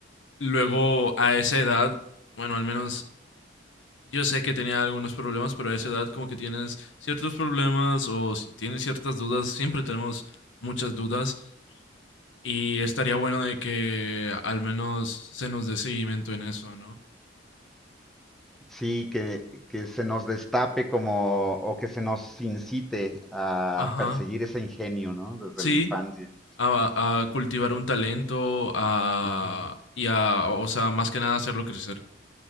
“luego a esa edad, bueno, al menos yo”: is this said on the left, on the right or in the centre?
Left